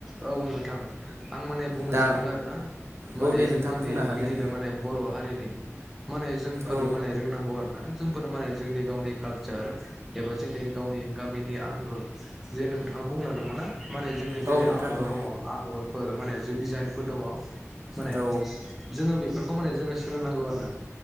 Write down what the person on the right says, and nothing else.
दा
औ दे
नोंथां बुंनो हागोन
औ
औ नोंथां
औ
औ